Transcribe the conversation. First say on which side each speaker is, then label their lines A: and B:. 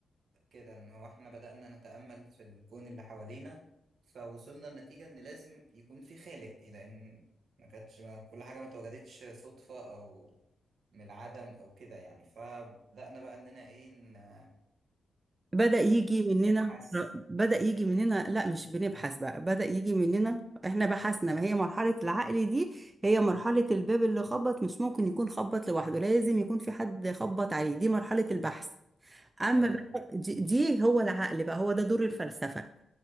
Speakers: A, on the right (about 70°); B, on the right (about 30°).
A: كده ان هو احنا بدأنا نتأمل في الكون اللي حوالينا فوصلنا لنتيجة ان لازم يكون في خالق إيه، لان ما كانتش ما كل حاجة ما اتوجدتش صدفة او من العدم او كده يعني فبدأنا بقى اننا ايه ن-
B: بدأ يجي مننا
A: نبحث
B: بدأ يجي مننا لا مش بنبحث بقى بدأ يجي مننا احنا بحثنا ما هي مرحلة العقل دي هي مرحلة الباب اللي خبط مش ممكن يكون خبط لوحده لازم يكون في حد خبط عليه دي مرحلة البحث أما
A: اه
B: بقى دي, دي هو العقل بقى هو ده دور الفلسفة